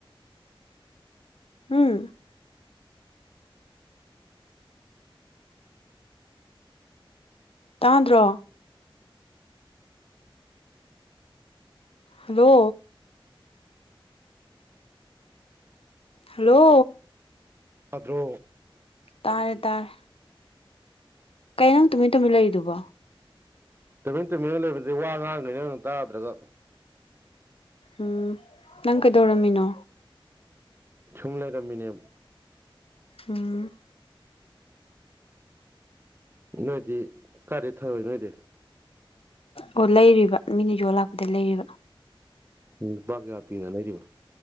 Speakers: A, on the left; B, on the right.
A: ꯎꯝ ꯇꯥꯗ꯭ꯔꯣ ꯍꯜꯂꯣ ꯍꯂꯣ
B: ꯗ꯭ꯔꯣ
A: ꯇꯥꯔꯦ ꯇꯥꯔꯦ ꯀꯩꯩꯅꯪ ꯇꯨꯃꯤꯟ ꯇꯨꯝꯃꯤ ꯂꯩꯔꯤꯗꯨꯕꯣ
B: ꯇꯨꯃꯤꯟ ꯇꯨꯃꯤꯟꯅ ꯂꯩꯕꯗꯤ ꯋꯥ ꯉꯉꯥꯡꯉꯥꯡꯅ ꯇꯥꯗ꯭ꯔꯒ
A: ꯎꯝ ꯅꯪ ꯀꯩꯗꯧꯔꯝꯃꯤꯅꯣ
B: ꯁꯨꯝ ꯂꯩꯔꯝꯃꯤꯅꯦ
A: ꯎꯝ
B: ꯅꯣꯏꯗꯤ ꯀꯗꯤ ꯊꯔꯣꯏ ꯅꯣꯏꯗꯤ
A: ꯑꯣ ꯂꯩꯔꯤꯕ ꯃꯤꯅ ꯌꯣ ꯂꯥꯛꯄꯗꯩ ꯂꯩꯔꯤꯕ
B: ꯎꯝ ꯐ ꯍꯥꯄꯤꯤꯅ ꯂꯩꯔꯤꯕꯣ